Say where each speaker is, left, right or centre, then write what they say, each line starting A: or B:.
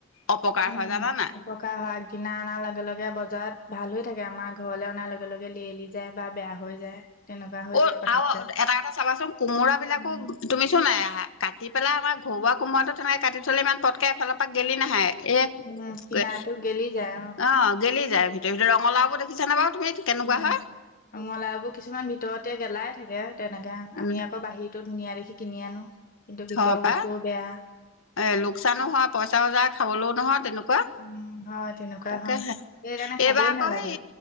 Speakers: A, on the left (about 70°); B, on the left (about 45°).
A: অপকাৰ হয়
B: উম
A: জানা নাই
B: অপকাৰ হয় আগদিনা অনাৰ লগে লগে বজাৰত ভাল হৈ থাকে আমাৰ ঘৰলে অনাৰ লগে লগে লেলি যায় বা বেয়া হৈ যায় তেনেকুৱা হৈ
A: অ
B: যায় পতককে
A: আৰু এটা কথা চাবাচোন কোমোৰা বিলাকো
B: উম,
A: তুমি চোন এয়াহ কাটি পেলাই আমাৰ ঘৰুৱা কোমৰাটো তেনেকে কাটি থলে ইমান পতকে এফালৰ পৰা গেলি নাহে এ
B: উম, কিনাটো
A: কে
B: গেলি যায়
A: অ, গেলি যায় ভিতৰি ভিতৰি। ৰঙালাওবোৰ দেখিছা নে বাৰু? তুমি কেনেকুৱা
B: উম,
A: হয়
B: ৰঙালাওবোৰ কিছুমান ভিতৰতে গেলাই থাকে তেনেকে
A: উম
B: আমি আকৌ বাহি ৰটো ধুনীয়া দেখি কিনি আনো। কিন্তু
A: থপাই
B: ভিতৰৰ বস্তুবোৰ বেয়া
A: এ লোকচানো হয়, পইচা যায়, খাবলৈও নহয় তেনেকুৱা কোৱা
B: উম, হয় তেনেকুৱা
A: তাকেহে,
B: হয়। সেইকাৰণে খাবই
A: এইবাৰ আকৌ
B: নালাগে
A: হেই,